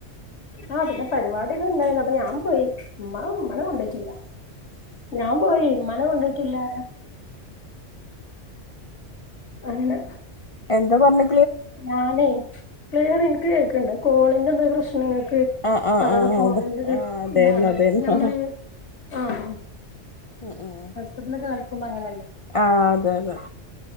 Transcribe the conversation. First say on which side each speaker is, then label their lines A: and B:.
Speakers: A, on the left; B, on the left.
A: ആ പിന്നെ പരിപാടികൾ ഉണ്ടായിരുന്നു അപ്പൊ ഞാൻ പോയി ഉമ്മ ഉമ്മന കൊണ്ടട്ടില്ല. ഞാൻ പോയി ഉമ്മനെ കൊണ്ടോയിട്ടുമില്ല ആരാ. അങ്ങനെ
B: എന്താ പറഞ്ഞേ
A: ഞാനേ ക്ലിയർ എനിക്ക് കേക്കുണ്ട് കോളിന്റെ എന്തൊരു പ്രശ്നം. നിങ്ങക്ക്
B: ആഹ് ആഹ്
A: പാറു
B: ആഹ്
A: പോന്നേന്റെ
B: അതെ
A: വിഷമം
B: ആഹ് അതായിരുന്നു
A: നമ്മള്
B: അതായിരുന്നു
A: നമ്മള് ആഹ്.
B: ഉം ഉം
A: പത്തിലൊക്കെ ആയിരിക്കുമ്പോ അങ്ങനെയല്ലേ.
B: ആ അതെ അതെ